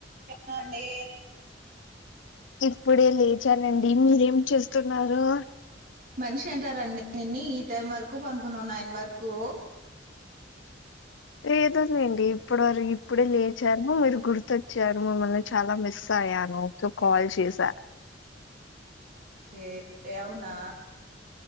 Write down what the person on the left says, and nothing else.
ఇప్పుడే లేచానండి మీరేం చేస్తున్నారు
ఏదోలేండి ఇప్పటి వరకు ఇప్పుడే లేచాను మీరు గుర్తొచ్చారు మిమ్మల్ని చాలా మిస్ అయ్యాను సో కాల్ చేసా